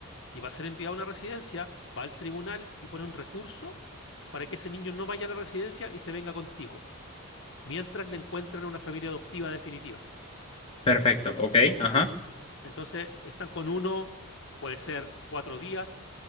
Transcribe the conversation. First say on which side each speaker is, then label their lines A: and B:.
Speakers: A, on the left; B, on the left.
A: y va a ser enviado a una residencia, va al tribunal y pone un recurso para que ese niño no vaya a la residencia y se venga contigo. mientras le encuentran una familia adoptiva definitiva.
B: perfecto, ok, ajá,
A: Entonces están con uno, puede ser cuatro días,